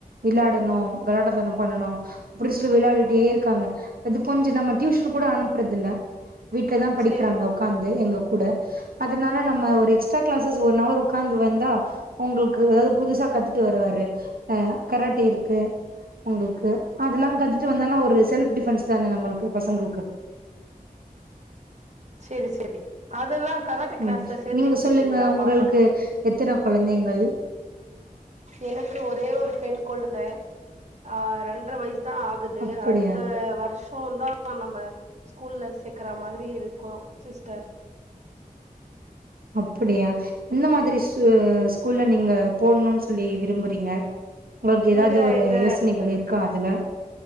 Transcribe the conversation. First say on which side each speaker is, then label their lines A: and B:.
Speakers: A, on the right; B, on the right.
A: விளாடணு கலாட்டாத்தனோ பண்ணனு புடிச்சிட்டு விளாடிட்டே இருக்காங்க அது கொஞ்சோ நம்ம டியூஷன் கூட அனுப்றதில்ல வீட்லதா படிக்கிறாங்க
B: சேரி
A: உக்காந்து எங்க கூட அதனால நம்ம ஒரு எக்ஸ்ட்ரா கிளாசஸ் ஒன் அவர் உக்காந்து வந்தா உங்களுக்கு ஏதாது புதுசா கத்துட்டு வருவாரு ஆ கரட்ட இருக்கு உங்களுக்கு அதெல்லா கத்துட்டு வந்தேன்னா ஒரு செல்ஃப் டிஃபென்ஸ் தானே நம்மளுக்கு பசங்களுக்கு
B: சேரி சே அதெல்லா கராட்டே கிளாஸ்ல
A: ம்
B: சேத்தி
A: நீங்க
B: விட்ருக்கீங்ளா
A: சொல்லுங்க உங்களுக்கு
B: பாப்பாக்கு
A: எத்தன கொழந்தைங்கள்
B: எனக்கு ஒரே ஒரு பெண் கொழ்ந்த ஆ ரெண்ர வய்சு தா ஆ குது
A: அப்படியா
B: அடுத்த வர்ஷோ தா நம்ம ஸ்கூல்ல சேக்குற மாரி இரு கோ சிஸ்டர்
A: அப்பிடியா எந்த மாதிரி ஸு ஸ்கூல்ல நீங்க போட்னுன் சொல்லி விரும்புறீங்க உங்களுக்கு எதாவ்து
B: இங்க
A: ஒரு
B: எங்க
A: யோசனைகள் இருக்கா அதுல